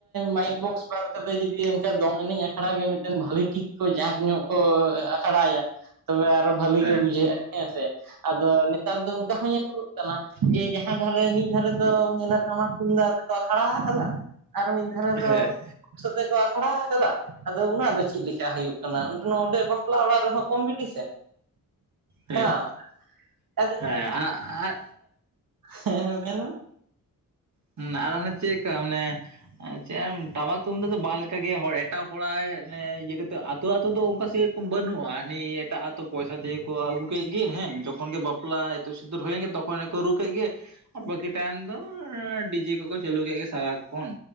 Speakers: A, on the right; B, on the right.
A: ᱢᱟᱭᱤᱠ ᱵᱚᱠᱥ ᱵᱟᱫ ᱠᱟᱛᱮ ᱡᱩᱫᱤ ᱚᱱᱠᱟ ᱫᱚᱝ ᱮᱱᱮᱡ ᱟᱠᱷᱲᱟ ᱜᱮ ᱢᱤᱫᱴᱮᱱ ᱵᱷᱟᱹᱞᱤ ᱴᱷᱤᱠ᱾ <unintelligible> ᱡᱟᱸᱠ ᱧᱚᱜ ᱠᱚ ᱟᱠᱷᱲᱟᱭᱟ ᱛᱚᱵᱮ ᱟᱨᱚ ᱵᱷᱟᱹᱞᱤ
B: ᱦᱮᱸ
A: ᱜᱮ ᱵᱩᱡᱷᱟᱹᱜᱼᱟ ᱦᱮᱸ ᱥᱮ᱾ ᱟᱫᱚ ᱱᱮᱛᱟᱨ ᱫᱚ ᱚᱱᱠᱟ ᱦᱚᱸ ᱧᱮᱞᱚᱜ ᱠᱟᱱᱟ ᱡᱮ ᱡᱟᱦᱟᱸ ᱫᱷᱟᱨᱮ ᱢᱤᱫ ᱫᱷᱟᱨᱮᱼᱼ ᱟᱫᱚ ᱧᱮᱞᱟ ᱴᱟᱢᱟᱠ-ᱛᱩᱢᱫᱟᱜ ᱛᱮᱠᱚ ᱟᱠᱷᱲᱟ ᱟᱠᱟᱫᱟ ᱟᱨ ᱢᱤᱫ ᱫᱷᱟᱨᱮ ᱫᱚᱼᱼ
B: ᱦᱮᱸ ᱦᱮᱸ
A: ᱥᱟᱛᱮ ᱠᱚ ᱟᱠᱷᱲᱟ ᱟᱠᱟᱫᱟ᱾ ᱟᱫᱚ ᱚᱱᱟ ᱫᱚ ᱪᱮᱫ ᱞᱮᱠᱟ ᱦᱩᱭᱩᱜ ᱠᱟᱱᱟ <unintelligible> ᱚᱸᱰᱮ ᱵᱟᱯᱞᱟ ᱚᱲᱟᱜ ᱨᱮᱦᱚᱸ ᱠᱚᱢᱯᱤᱴᱤᱥᱮᱱ᱾ <unintelligible>
B: ᱦᱮᱸ
A: <inaudible>
B: ᱦᱮᱸ ᱟᱨ ᱟᱨ
A: ᱦᱮᱸ ᱢᱮᱱ ᱢᱮ᱾
B: <unintelligible> ᱟᱨ ᱚᱱᱮ ᱪᱮᱫ ᱞᱮᱠᱟ ᱢᱟᱱᱮ ᱼᱼ <unintelligible> ᱪᱮᱫ ᱴᱟᱢᱟᱠ-ᱛᱩᱢᱫᱟᱜ ᱫᱚ ᱵᱟᱝ ᱞᱮᱠᱟᱜᱮ ᱦᱚᱲ ᱮᱴᱟᱜ ᱦᱚᱲᱟᱜ <unintelligible> ᱤᱭᱟᱹ ᱠᱟᱛᱮ ᱟᱛᱳ-ᱟᱛᱳ ᱫᱚ ᱚᱱᱠᱟ ᱥᱮᱼᱼ ᱵᱟᱹᱱᱩᱜᱼᱟ, ᱦᱟᱹᱱᱤ ᱮᱴᱟᱜ ᱟᱛᱳ ᱯᱚᱭᱥᱟ ᱫᱤᱭᱮ ᱠᱚ ᱟᱹᱜᱩ ᱠᱮᱫ ᱜᱮ ᱦᱮᱸ, ᱡᱚᱠᱷᱚᱱ ᱜᱮ ᱵᱟᱯᱞᱟᱼᱼ ᱤᱛᱩᱫ-ᱥᱤᱸᱫᱩᱨ ᱦᱩᱭᱮᱱ ᱜᱮ ᱛᱚᱠᱷᱚᱱ ᱜᱮᱠᱚ ᱨᱩᱻ ᱠᱮᱫ ᱜᱮ ᱟᱨ ᱵᱟᱹᱠᱤ ᱴᱟᱭᱤᱢ ᱫᱚ ᱰᱤᱼᱼ ᱰᱤᱡᱮ ᱠᱚᱠᱚ ᱪᱟᱹᱞᱩ ᱠᱮᱫ ᱜᱮ ᱥᱟᱨᱟᱠᱷᱚᱱ